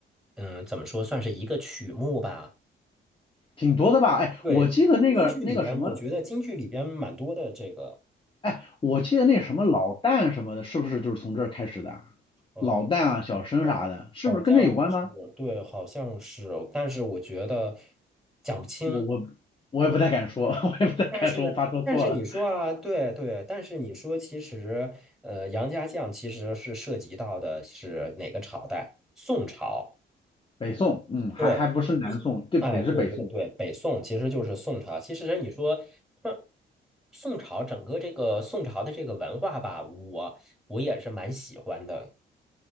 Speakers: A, in the centre; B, on the left.
A: 嗯，怎么说算是一个曲目吧？
B: 挺多的吧？哎，
A: 对，
B: 我记得那个那个什么，
A: 京剧里边，我觉得京剧里边蛮多的这个。
B: 哎，我记得那什么老旦什么的，是不是就是从这儿开始的啊？
A: 呃
B: 老旦啊，小生啥的，
A: 哦，
B: 是不是跟这有关吗？
A: 好像是对，好像是，但是我觉得讲不清。
B: 我我我也不太敢说，<laughs> 我也不太敢说，
A: 但是，
B: 我怕说错了。
A: 但是你说啊，对对，但是你说，其实，呃，杨家将其实是涉及到的是哪个朝代？宋朝。
B: 北宋，嗯，还还不是南宋，
A: 对，
B: 这得是北宋。
A: 哎，对对对，北宋其实就是宋朝。其实你说，宋宋朝整个这个宋朝的这个文化吧，我我也是蛮喜欢的。